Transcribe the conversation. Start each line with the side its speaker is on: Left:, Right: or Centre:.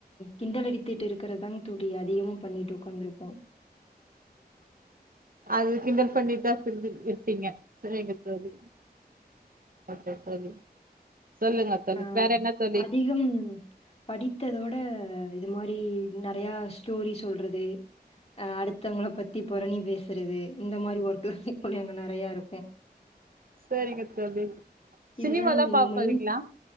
Left: கிண்டல் அடித்திட்டு இருக்கிறதாங்க தோழி அதிகமா பண்ணிட்டு ஒக்காந்திருப்போ
Right: அது கிண்டல் பண்ணிட்தா <unintelligible> டீங்க செரிங்க தோழி ஓகே தோழி சொல்லுங்க தோழி
Left: அஹ்
Right: வேற என்ன தோழி
Left: அதிகம் படித்ததோட இது மாரி நெறையா ஸ்டோரி சொல்றது அஹ் அடுத்தவங்கள பத்தி பொறனிப் பேசுறது இந்த மாரி ஒர்க்கு தா தோழி அங்க நெறையருக்கு
Right: சரிங்க தோழி சினிமாலா
Left: இதுதாங்க
Right: பாப்பீங்களா
Left: மெய்ன்